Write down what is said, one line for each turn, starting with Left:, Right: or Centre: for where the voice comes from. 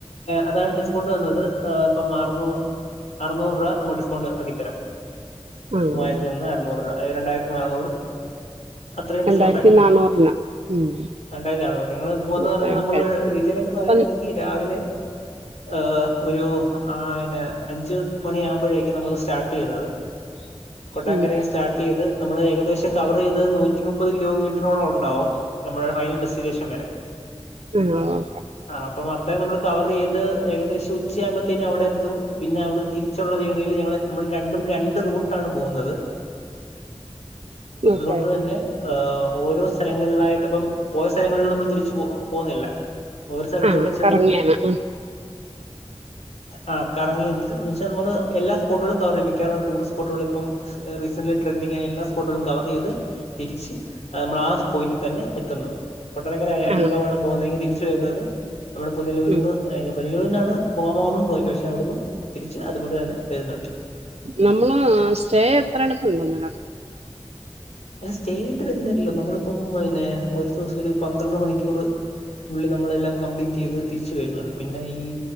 Left: അതാണ് ഡിസ്കൗണ്ട് വന്നത് അപ്പൊ മാറുന്നു അറനൂറ് രൂപ നമ്മ ഡിസ്കൗണ്ട് ആക്കി തരാം
Right: ആഹ്
Left: മൂവായിരത്തി നിന്ന് അറ്നൂറ് രൂപ രണ്ടായിരത്തി നാന്നൂറ് അത്രയും ഡിസ്കൗണ്ട്
Right: രണ്ടായിരത്തി
Left: ആക്കി തരാ
Right: നാന്നൂറിന് ഉം
Left: രണ്ട ആണ് നിങ്ങള് പോകുന്നത്
Right: ഓക്കെ
Left: നമ്മള്
Right: ഓക്കെ
Left: ഡീറ്റൈയിൽ ആയിട്ട് പറയുകയാണെങ്കിൽ
Right: അപ്പം
Left: രാവിലെ ഏഹ ഒരു ആ ഇന്നെ അഞ്ച് മണിയാകുമ്പോഴേക്കും നമ്മൾ സ്റ്റാർട്ട് ചെയ്യുന്നത് കൊട്ടാക്കരയും
Right: ഉം
Left: സ്റ്റാർട്ട് ചെയ്ത് നമ്മൾ ഏകദേശം കവർ ചെയ്യുന്നത് നൂറ്റി മുപ്പത് കിലോമീറ്ററോളം ഉണ്ടാവും നമ്മുടെ ഫൈനൽ ഡെസ്റ്റിനേഷൻ വരെ
Right: ആ ഓ
Left: ആ അപ്പൊ മൊത്തം നമ്മൾ കവർ ചെയ്ത് ഏകദേശം ഉച്ചയയാകുമ്പോഴത്തേനും അവിടെ ത്തും പിന്നെ അവിടെ തിരിച്ചുള്ള ജേണിയില് ഞങ്ങള് നമ്മൾ രണ്ടും രണ്ട് റൂട്ടാണ് പോകുന്നത് അതുകൊണ്ട്
Right: ഓക്കെ
Left: തന്നെ ഓരോ സ്ഥലങ്ങളിലായിട്ട് ഇപ്പം പോയ സ്ഥലങ്ങളും നമ്മൾ തിരിച്ചു പോ പോകുന്നില്ല ഓരു സ്ഥലത്തൂടെ
Right: ആ
Left: ചെന്ന്
Right: കറങ്ങിയാണ് ഉം
Left: ആ കറങ്ങിയിട്ട് എന്ന് വെച്ചാൽ നമ്മള് എല്ലാ സ്പോട്ടുകളും കവർ ചെയ്യും മിക്കവാറും അവിടെ ടൂറിസ്റ്റ് സ്പോട്ടുകൾ ഇപ്പം റീസന്റ്ലി ട്രൻഡിങ് ആയ എല്ലാ സ്പോട്ടുകളും കവർ ചെയ്ത് തിരിച്ച് നമ്മൾ ആ പോയിന്റ് തന്നെ എത്തുന്നു കൊട്ടാരക്കരായ അരിങ്കമാണ്
Right: ആ
Left: പോകുന്നതെങ്കിൽ തിരിച്ചു വരുന്നത് നമ്മുടെ പുനലൂരുന്ന്
Right: ഉം
Left: പുനലൂൽന്നാണ് പോ മോകമൻ പോയിന്റ് പക്ഷെ അവിടന്ന് തിരിച്ച് അതു വഴി തന്നെ വരുന്നുണ്ട്
Right: നമ്മള് സ്റ്റേ എത്രടത്ത് ണ്ടോന്നിനോ
Left: സ്റ്റേ ആയിട്ട്‌ വരുന്നില്ലല്ലോ നമ്മളിപ്പം പിന്നെ ഒരു ദിവസം ഒരു പന്ത്രണ്ട് മണിക്കൂർ ഉള്ളി നമ്മളെല്ലാം കംപ്ലീറ്റ് ചെയ്ത് തിരിച്ച് വരുന്നുണ്ട് പിന്നെ ഈ